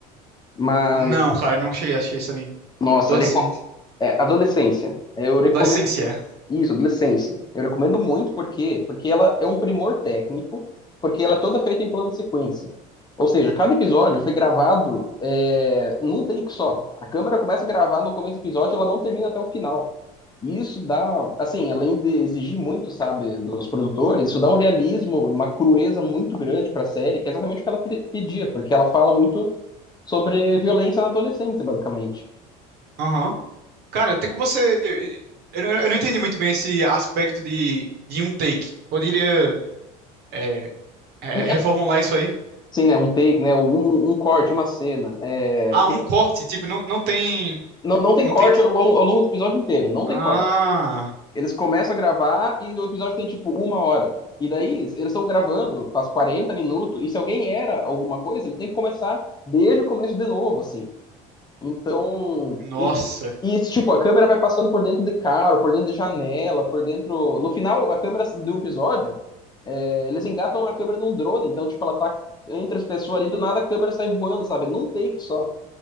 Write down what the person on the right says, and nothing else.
Não, cara, eu não cheguei a assistir esse anime.
Adolescente.
Adolescência.
Aham. Cara, tem como você. Eu, não eu não entendi muito bem esse aspecto de, de um take. Poderia é, é,
reformular isso aí?
Ah,
um corte. Tipo, não, não tem
Não
tem.
Ah,
nossa,